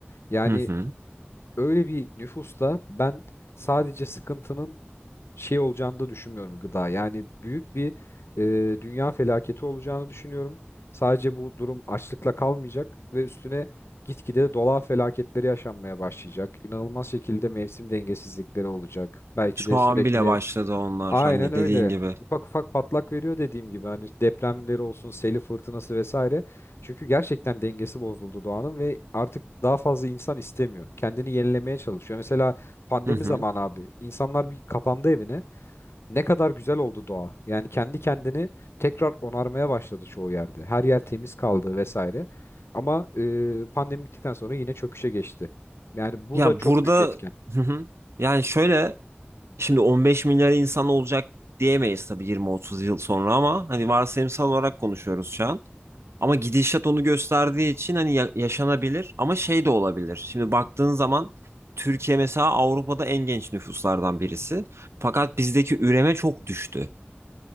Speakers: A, on the left; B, on the right.
A: Yani
B: Hı hı.
A: öyle bir nüfusta ben sadece sıkıntının şey olacağını da düşünmüyorum gıda. Yani büyük bir e, dünya felaketi olacağını düşünüyorum. Sadece bu durum açlıkla kalmayacak ve üstüne gitgide dolar felaketleri yaşanmaya başlayacak. İnanılmaz şekilde mevsim dengesizlikleri olacak. Belki
B: Şu
A: de
B: an
A: sürekli
B: bile başladı onlar
A: aynen
B: hani
A: öyle.
B: dediğin gibi.
A: Ufak ufak patlak veriyor dediğim gibi hani depremleri olsun, seli fırtınası vesaire. Çünkü gerçekten dengesi bozuldu doğanın ve artık daha fazla insan istemiyor. Kendini yenilemeye çalışıyor. Mesela pandemi
B: Hı hı.
A: zamanı abi insanlar bir kapandı evine. Ne kadar güzel oldu doğa. Yani kendi kendini tekrar onarmaya başladı çoğu yerde. Her yer temiz kaldı vesaire. Ama e, pandemi bittikten sonra yine çöküşe geçti. Yani bu
B: Ya
A: da çok
B: burada
A: büyük etken.
B: hı hı. Yani şöyle Şimdi 15 milyar insan olacak diyemeyiz tabii 20-30 yıl sonra ama hani varsayımsal olarak konuşuyoruz şu an. Ama gidişat onu gösterdiği için hani ya- yaşanabilir ama şey de olabilir. Şimdi baktığın zaman Türkiye mesela Avrupa'da en genç nüfuslardan birisi. Fakat bizdeki üreme çok düştü.